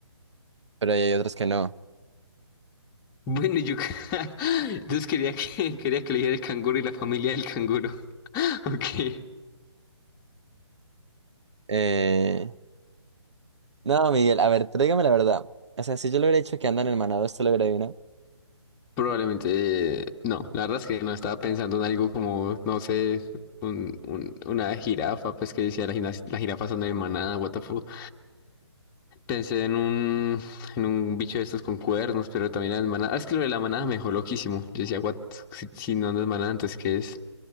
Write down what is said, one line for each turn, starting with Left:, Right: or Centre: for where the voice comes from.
Right: Pero hay otros que no.
Left: Bueno, y yo <laughs> entonces quería que, quería que le dijera el canguro y la familia del canguro, <laughs> ok.
Right: Eh, No, Miguel, a ver, tráigame la verdad. O sea, si yo le hubiera dicho que andan en manado, ¿esto lo hubiera adivinado?
Left: Probablemente, eh, no, la verdad es que no estaba pensando en algo como, no sé, un, un- una jirafa, pues que decía la, jina- la jirafa son de manada, what the fuck. Pensé en un, en un bicho de estos con cuernos, pero también era de manada. Ah, Es que lo de la manada me dejó loquísimo. Yo decía, what, si, si no, no es manada, entonces ¿qué es?